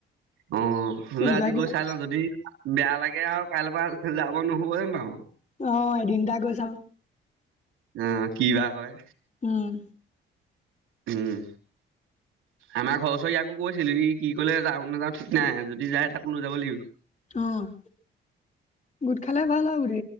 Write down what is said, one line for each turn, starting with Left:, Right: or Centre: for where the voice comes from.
Right: অ', হলে
Left: তেনেকুৱাই
Right: আজি
Left: কিবা
Right: গৈ চাই লওঁ যদি বেয়া লাগে আৰু কাইলৈৰ পৰা যাব <unintelligible> আৰু।
Left: অ এদিন এটা গৈ চাওঁ
Right: অ', কি বা হয়।
Left: উম।
Right: উম। আমাৰ ঘৰ ওচৰৰ ইয়াকো কৈছিল ই কি কলে যাওঁ নাযাওঁ ঠিক নাই যদি যায় তাকো লৈ যাব লাগিব।
Left: অ', গোট খালে ভাল হব দে